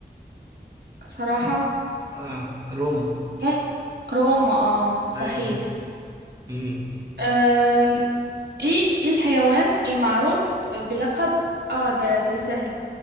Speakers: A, on the right (about 70°); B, on the right (about 20°).
A: صراحة
B: آه روما
A: مم روما آه صحيح
B: أيوه امم
A: آم، ايه إيه الحيوان المعروف بلقب آه ده ده سهل